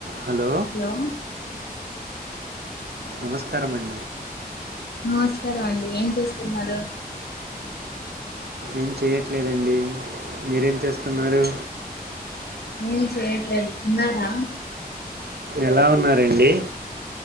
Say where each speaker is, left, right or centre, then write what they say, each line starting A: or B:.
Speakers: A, on the right (about 85°); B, on the left (about 90°).
A: Hello
B: hello
A: నమస్కారం అం
B: నమస్కారం అండి ఏం చేస్తున్నారు
A: ఏం చేయట్లేదండి మీరేం చేస్తున్నారు
B: ఏం చెయట్లేదు తిన్నారా
A: ఎలా ఉన్నారండి